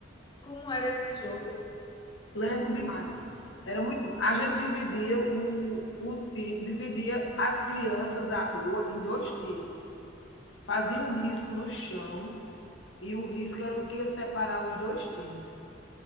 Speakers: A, on the left (about 25°); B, on the left (about 80°).
A: como era esse jogo.
B: lembro demais. Era muito bom. A gente dividia o, o time, dividia as crianças da rua em dois times. Fazia um risco no chão e o risco era o que ia separar os dois times.